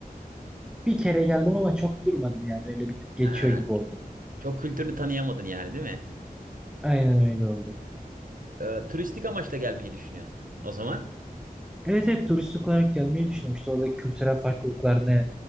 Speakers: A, in the centre; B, on the right.
A: Bir kere geldim ama çok durmadım yani öyle bir tık geçiyor
B: Ha,
A: gibi oldu.
B: çok kültürünü tanıyamadın yani değil mi?
A: Aynen öyle oldu.
B: Ee, turistik amaçla gelmeyi düşünüyorsun o zaman.
A: Evet evet turistik olarak gelmeyi düşünüyorum. İşte oradaki kültürel farklılıklar ne?